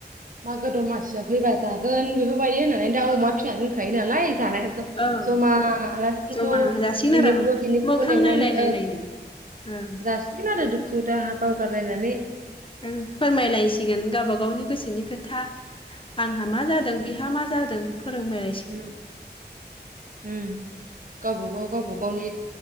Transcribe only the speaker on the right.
मागो दमासिया फैबा जागोन बेफोरबायदि होननानै दाउ अमा फिसिनानै दोनखायो नालाय। जानाय ज-जमा
आलासिफोरखौ
बिनिखौबो
बिनिखौबो
लिंनानै
ओं
जासिगोन आरो दु खु दाहा बावगारलायनानै
ओम ओम गाव गावबा गाव गावबा गावनि